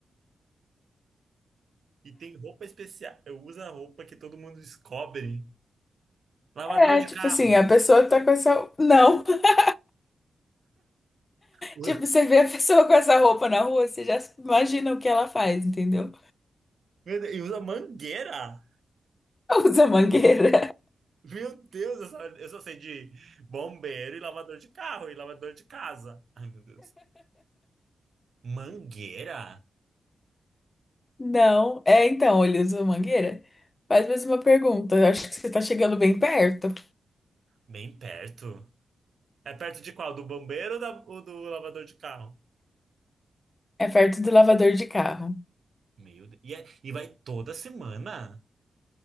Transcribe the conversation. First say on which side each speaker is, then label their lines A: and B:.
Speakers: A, on the right; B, on the left.
A: E tem roupa especial. Eu uso a roupa que todo mundo descobre. Lavador
B: É,
A: de
B: tipo
A: carro.
B: assim, a pessoa tá com essa. Não. <laughs>
A: Usa.
B: Tipo, você vê a pessoa com essa roupa na rua, você já imagina o que ela faz, entendeu?
A: Meu Deus, e usa mangueira?
B: <laughs> Usa mangueira.
A: Meu Deus, eu só, eu só sei de bombeiro e lavador de carro e lavador de casa. Ai, meu Deus. Mangueira?
B: Não. É, então, ele usa mangueira? Faz mais uma pergunta. Eu acho que você tá chegando bem perto.
A: Bem perto. É perto de qual? Do bombeiro ou, da- ou do lavador de carro?
B: É perto do lavador de carro.
A: Meu Deus. E, é- e vai toda semana?